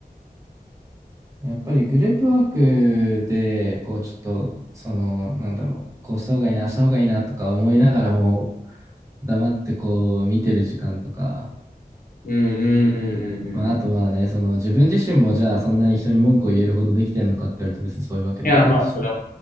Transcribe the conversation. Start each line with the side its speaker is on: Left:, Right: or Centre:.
Right: やっぱりグループワークで、こう、ちょっと、その、なんだろう、こうした方がいいな、あした方がいいなとか思いながらも、黙ってこう、見てる時間とか、
Left: うん、うん、うん、うん、
Right: まあ、
Left: うん。い
Right: あとまあね、その、自分自身もじゃあ、そんなに人に文句を言えるほどできてんのかって言われると別にそういうわけでもないし。
Left: やー、まあ、それは、